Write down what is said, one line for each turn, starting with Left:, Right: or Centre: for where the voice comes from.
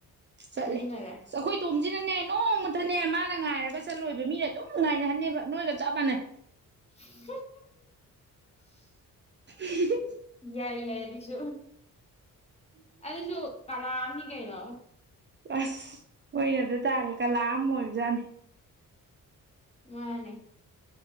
Right: ꯆꯠꯂꯦ
Left: ꯆꯠꯃꯤꯟꯅꯔꯦ
Right: ꯑꯩꯈꯣꯏ ꯇꯣꯝꯁꯤꯅꯅꯦ ꯅꯣꯡꯃꯇꯅꯦ ꯃꯥꯅ ꯉꯥꯏꯔꯒ ꯆꯠꯂꯣꯏꯕ ꯃꯤꯅ ꯑꯗꯨꯝ ꯉꯥꯏꯅꯍꯟꯅꯦꯕ ꯅꯣꯏꯒ ꯆꯞ ꯃꯥꯟꯅꯩ
Left: <unintelligible>
Right: <unintelligible>
Left: ꯌꯥꯏ ꯌꯥꯏ ꯑꯗꯨꯁꯨ ꯑꯗꯨꯁꯨ ꯀꯂꯥ ꯀꯤ ꯀꯩꯅꯣ
Right: ꯑꯁ ꯍꯣꯏ ꯑꯗꯨ ꯇꯥꯃꯤ ꯀꯂꯥ ꯑꯃ ꯑꯣꯏꯕꯖꯥꯠꯅꯤ
Left: ꯃꯥꯅꯦ